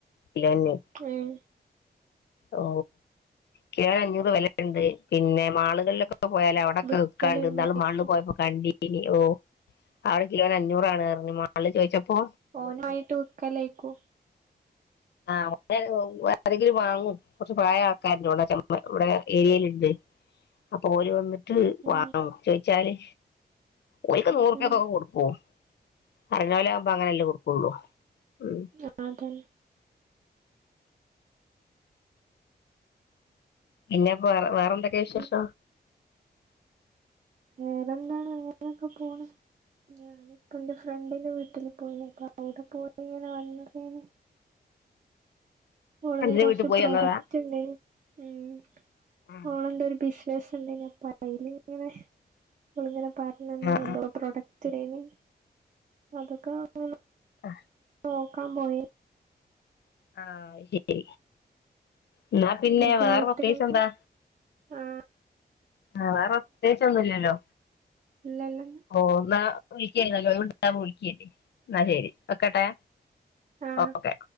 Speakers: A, on the left; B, on the right.
A: ഇല്ലാന്നു
B: ഉം
A: ഓ കിലോ അഞ്ഞൂറ് വെലുണ്ട് പിന്നെ മാളുകളിലൊക്കെ എപ്പോ പോയാലും, അവിടൊക്കെ
B: വിക്കലുണ്ടായിരിക്കും
A: വിക്കാണ്ട് ഇന്നാള് മാൾല് പോയപ്പോ കണ്ടീനി ഓ ആവിടെ കിലോന് അഞ്ഞൂറാണ് പർഞ്ഞ് മാള് ചോയിച്ചപ്പോ
B: ഓനുമായിട്ട് വിക്കലായിക്കൂ.
A: ആ അവ ആരെങ്കിലും വാങ്ങും കൊർച്ച് പ്രായായ ആൾക്കാരുണ്ട്. ഇവിടെ ഏരിയയിലുണ്ട്. അപ്പൊ ഓര് വന്നിട്ട്
B: ഉം ഉം
A: വാങ്ങു ചോയിച്ചാല് ഓരിക്ക്
B: ഉം
A: നൂറുപൃക്കൊക്കെ
B: ഉം
A: കൊടുക്കും. അറിഞ്ഞലപ്പ അങ്ങനല്ലെ കൊടുക്കുള്ളൂ. ഉം
B: ആ അതന്നെ
A: ഇന്നെപ്പൊ വേറെ വേറെന്തൊക്കെയ വിശേഷം.
B: ഉം വേറെന്താണ്, അങ്ങനേക്കെ പോണ് ഞാനും. അപ്പൊ എന്റെ ഫ്രണ്ടിൻന്റെ വീട്ടില് പോയി നിക്ക അപ്പൊ അവിടെ പോയി ഇങ്ങനെ വന്നതാണ്. ഓളങ്ങനെ
A: ഫ്രണ്ടിന്റെ
B: കൊർച്ച്
A: വീട്ടിൽ പോയി
B: പ്രൊഡക്റ്റുണ്ട്
A: വന്നതാ
B: ഉം
A: ആഹ്
B: ഓള് എന്തോരു ബിസിനസ്ന് ഉണ്ടീനു അപ്പൊ അയിനിങ്ങനെ ഓളിങ പറഞ്ഞ നീ
A: ആഹ്
B: എന്തോ പ്രോഡക്റ്റ്ടേണെ അതൊക്കെ വാ
A: അ
B: നോക്കാൻ പോയെ
A: ആഹ് ശരി എന്നാ പിന്നെ
B: നമുക്ക്
A: വേറെ
B: വീട്ടിലേക്ക്
A: അത്യാവശ്യം എന്താ
B: ആ
A: ആ വേറത്യാവശ്യം ഒന്നുല്ലല്ലോ
B: ഇല്ലല്ല
A: ഓ എന്നാ വിളിക്കാര്ന്നല്ലോ ഒഴിവുണ്ടാംമ്പോ വിളിക്കേ എന്നാ ശരി വെക്കട്ടെ
B: ആ
A: ഓക്കെ